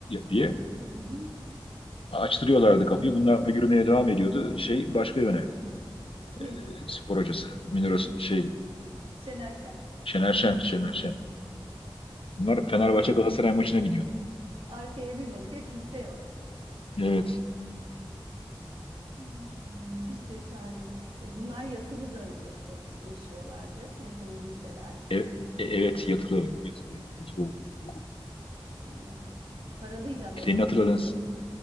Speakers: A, on the left; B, on the right.
A: diye.
B: Hı hı.
A: Açtırıyorlardı kapıyı. Bunlar yürümeye devam ediyordu. Şey başka yöne.
B: Kim?
A: E, Spor hocası. Münir şey
B: Şener Şen.
A: Şener Şen, Şener Şen. Bunlar
B: O-
A: Fenerbahçe Galatasaray maçına gidiyordu.
B: Arkaya bir bakıyor kimse yok.
A: Evet.
B: Aa, ya müthiş cesaret. E bunlar yatılı da y- ot- yaşıyorlardı. Yatılı liseler.
A: E- e- evet yatılı. Yatılı,
B: Hmm.
A: yatılı okul.
B: Ya paralıydı ama
A: Senin
B: öyle hatırlıyorum.
A: hatırladığın,